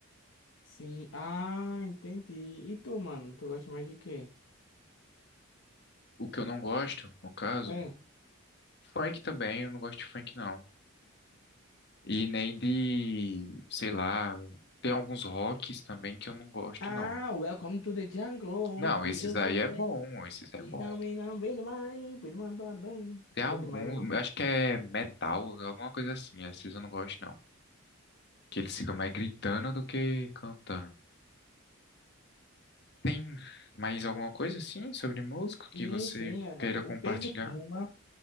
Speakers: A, on the left; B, on the left.
A: Sim. Ah, entendi. E tu, mano? Tu gosta mais de quê?
B: O que eu não gosto, no caso,
A: É.
B: Funk também, eu não gosto de funk não. E nem de, sei lá, tem alguns rocks também que eu não gosto
A: Ah,
B: não.
A: welcome to the jungle.
B: Não,
A: Videos
B: esses aí
A: that
B: é
A: way.
B: bom, esses é
A: Finalmente,
B: bom.
A: bem demais. Bem mandado bem. Bom
B: Tem algum,
A: demais, né, não?
B: acho que é metal, alguma coisa assim, esses eu não gosto não. Que eles ficam mais gritando do que cantando. Tem mais alguma coisa assim sobre música
A: Sim,
B: que você
A: sim. É.
B: queira
A: O
B: compartilhar?
A: Peso Pluma